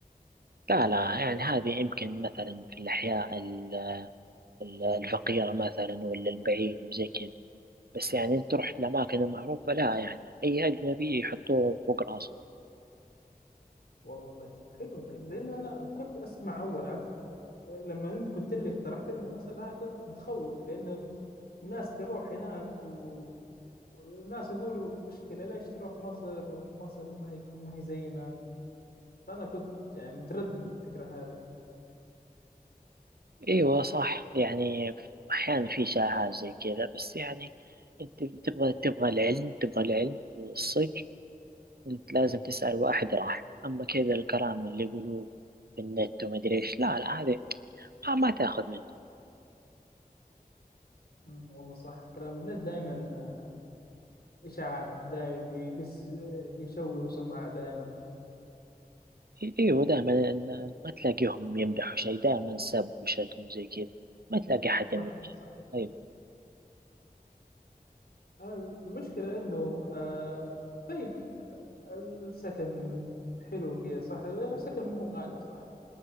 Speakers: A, on the right; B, on the left.
A: لا لا يعني هذه يمكن مثلا في الأحياء ال- الفقيرة مثلا ولا البعيد وزي كذا بس يعني انت رحت لأماكن معروفة لا يعني أي أجنبي يحطوه فوق راسهم
B: والله طيب حلو طيب لأنه أنا كنت أسمع أول عرفت لما أنت قلت لي اقترحت لي مصر أنا كنت متخوف لأنه الناس تروح هناك و... والناس يقولوا مشكلة ليش تروح مصر ومصر ما هي ما هي زينا فأنا كنت يعني متردد على الفكرة هذه
A: أيوة صح يعني أحيانا في شائعات زي كذا بس يعني انت تبغى تبغى العلم تبغى العلم والصدق انت لازم تسأل واحد راح أما كذا الكلام اللي يقولوه في النت ومدري ايش لا لا هذه ما, ما تاخذ منه
B: أمم، والله صح كلام الناس دائما إشاعات دائما بي- بس آه، يشوهوا سمعة دائما
A: إي- ايوه دائما إن- ما تلاقيهم يمدحوا شيء دائما سب وشتم زي كذا ما تلاقي أحد يمدح
B: صحيح صحيح
A: أيوة
B: المشكلة إنه آه طيب السكن حلو كذا صح السكن ما هو غالي صح